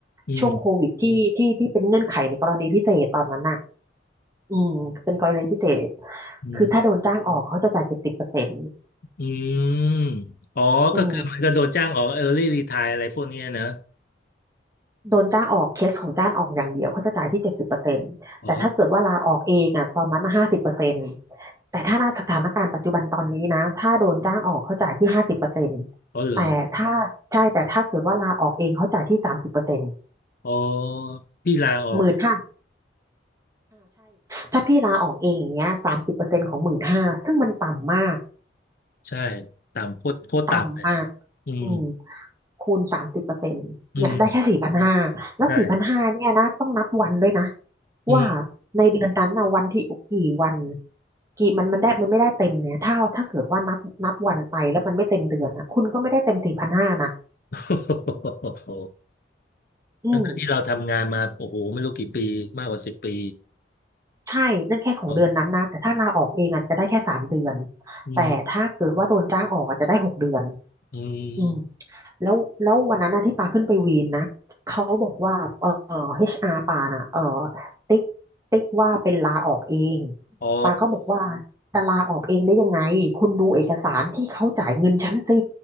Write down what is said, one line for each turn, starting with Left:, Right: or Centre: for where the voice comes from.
Left: อืม
Right: ช่วงโควิดที่ที่ที่เป็นเงื่อนไขในกรณีพิเศษตอนนั้นน่ะอืมเป็นกรณีพิเศษ
Left: อืม
Right: คือถ้าโดนจ้างออกเขาจะจ่ายเจ็ดสิบเปอร์เซ็นต์
Left: อืมอ๋อก็คือเหมือนกับโดนจ้างออก
Right: อืม
Left: early retire อะไรพวกเนี้ยนะ
Right: โดนจ้างออกเคสของจ้างออกอย่างเดียวเขาจะจ่ายที่เจ็ดสิบเปอร์เซ็นต์แต่ถ้าเกิดว่าลาออกเองอ่ะตอนนั้นห้าสิบเปอร์เซ็นต์
Left: อ๋อ
Right: แต่ถ้าในสถานการณ์ปัจจุบันตอนนี้นะถ้าโดนจ้างออกเขาจ่ายที่ห้าสิบเปอร์เซ็นต์
Left: อ๋อเหรอ
Right: แต่ถ้าใช่แต่ถ้าเกิดว่าลาออกเองเขาจ่ายที่สามสิบเปอร์เซ็นต์
Left: อ๋อพี่ลาออก
Right: หมื่นห้าถ้าพี่ลาออกเองอย่างเงี้ยสามสิบเปอร์เซ็นต์ของหมื่นห้าซึ่งมันต่ำมาก
Left: ใช่ต่ำโคตรโคตรต่ำเลยนะอืม
Right: ต่ำมากอืมคูณสามสิบเปอร์เซ็นต์เนี่ยได้แค่สี่พันห้าแล้วสี่พันห้าเนี่ยนะต้องนับวันด้วยนะ
Left: อืมใช่อืม
Right: ว่าในเดือนนั้นนะวันที่กี่วันกี่มันมันได้มันไม่ได้เต็มเนี่ยถ้าถ้าเกิดว่านับนับวันไปแล้วมันไม่เต็มเดือนนะคุณก็ไม่ได้เต็มสี่พันห้านะ
Left: <laughs> โอ้โห
Right: อืม
Left: ทั้งที่เราทำงานมาโอ้โหไม่รู้กี่ปีมากกว่าสิบปี
Right: ใช่นั่นแค่ของเดือนนั้นนะแต่ถ้าลาออกเองอาจจะได้แค่สามเดือน
Left: อ๋ออืม
Right: แต่ถ้าเกิดว่าโดนจ้างออกอาจจะได้หกเดือน
Left: อืม
Right: อืม แล้วแล้ววันนั้นนะที่ปาขึ้นไปวีนนะเขาบอกว่าเอ่อ HR ปาน่ะเอ่อติ๊กติ๊กว่าเป็นลาออกเอง
Left: อ๋อ
Right: ปาก็บอกว่าจะลาออกเองได้ยังไงคุณดูเอกสารที่เขาจ่ายเงินฉันสิ